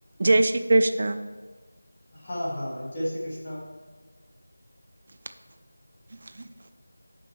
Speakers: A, on the right; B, on the left.
A: જય શ્રી કૃષ્ણ.
B: હા હા જય શ્રી કૃષ્ણ.
A: <inaudible>